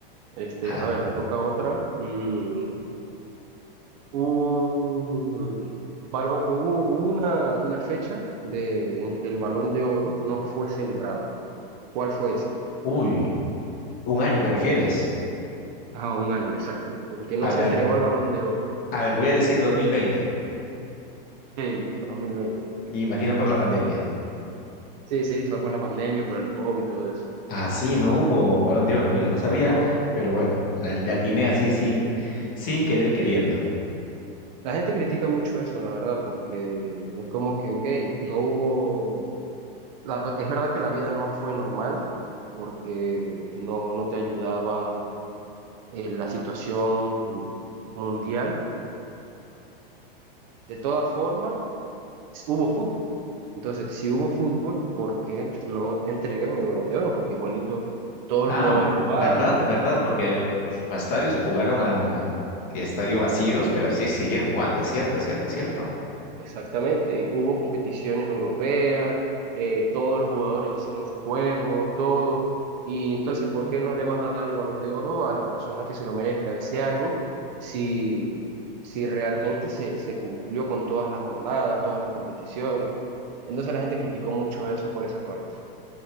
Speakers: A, on the right; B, on the left.
A: Este,
B: A ver,
A: a ver, me toca otra. Mm, un- balón- hubo hubo una, una fecha de, en que el Balón de Oro no fue celebrado. ¿Cuál fue esa?
B: uy, un año te refieres.
A: Ah, un año, exacto. Porque no
B: A
A: se
B: ver,
A: entregó el Balón de Oro.
B: a ver, voy a decir dos mil veinte
A: Sí, 2020.
B: Y imagina por la pandemia.
A: Sí, sí, fue por la pandemia, por el COVID y todo eso.
B: Ah, sí, no hubo Balón de Oro, mira, no sabía,
A: No.
B: pero bueno, la, la atiné así sin, sin querer queriendo.
A: La gente critica mucho eso, la verdad, porque es como que, ok, no hubo la- es verdad que la vida no fue normal porque no, no te ayudaba eh, la situación mundial. De todas formas, hubo fútbol. Entonces, si hubo fútbol, ¿por qué no entregan el Balón de Oro? Porque igualito todos
B: Ah,
A: los jugadores jugaron,
B: verdad, verdad, porque pues, los estadios jugaron a que estadio vacíos, pero sí siguen jugando, es cierto, es cierto, es cierto.
A: Exactamente, y hubo competiciones europeas, eh, todos los jugadores hicieron sus juegos, todo, y entonces, ¿por qué no le vas a dar el Balón de Oro a la persona que se lo merezca ese año si, si realmente se, se cumplió con todas las jornadas, todas las competiciones? Entonces la gente criticó mucho eso por esa parte.